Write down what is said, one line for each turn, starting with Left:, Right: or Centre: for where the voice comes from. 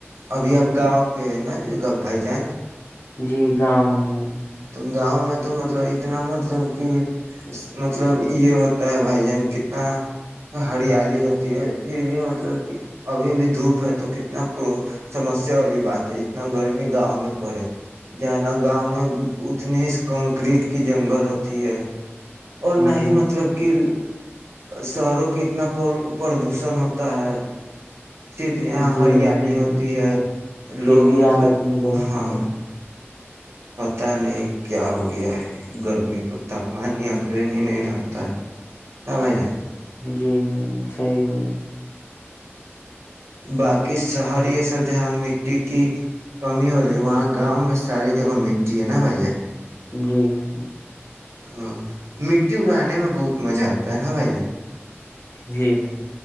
Right: ابھی اب گاؤں پہ ہے نا بھائی چانس
Left: جی گاؤں میں ہے ابھی
Right: تو گاؤں میں تو مطلب اتنا مطلب کہ مطلب یہ ہوتا ہے بھائی جان کتنا ہریالی ہوتی ہے پھر بھی مطلب کہ ابھی بھی دھوپ ہے تو کتنا پ سمسیا والی بات ہے اتنا گرمی گاؤں میں پڑے ج ہے نا گاؤں میں اتنی ہی کنکریٹ کی جنگل ہوتی ہے اور نہ
Left: جی
Right: ہی مطلب کہ شہروں کے اتنا پردوشن ہوتا ہے صرف یہاں
Left: جی
Right: ہریالی
Left: بھائی
Right: ہوتی
Left: جان،
Right: ہے
Left: پھر
Right: لوگ
Left: بھی یہاں
Right: مطلب
Left: اتنی گرمی
Right: ہاں
Left: پڑ رہی
Right: پت نہیں کیا ہو گیا ہے گرمی کو تاپمان نیاترن ہی نہیں رہتا ن بھائی جان
Left: ہوں جی بھ جان صی بولے ہیں
Right: باقی شہر یہ سب جہاں مٹی کی کمی ہو رہی ہے وہاں گاؤں میں ساری جگہ مٹی ہے نا بھائی ج
Left: جی بھائی
Right: ا مٹی اڑانے میں بہت مزہ آتا ہے نا بھائی جان
Left: جی بھائی